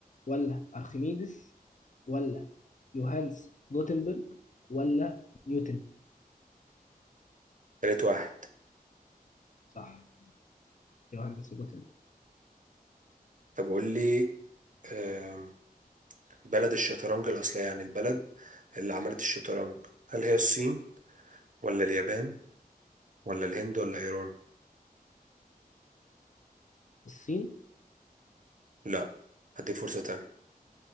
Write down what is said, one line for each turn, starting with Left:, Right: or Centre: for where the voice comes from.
Left: ولا أرخميدس ولا يوهانس جوتنبرج ولا نيوتن
Right: تالت واحد
Left: صح يوهانس جوتنبرج
Right: طب قول لي آم، بلد الشطرنج الأصلية يعني البلد اللي عملت الشطرنج هل هي الصين ولا اليابان ولا الهند ولا إيران
Left: الصين
Right: لا هديك فرصة تانية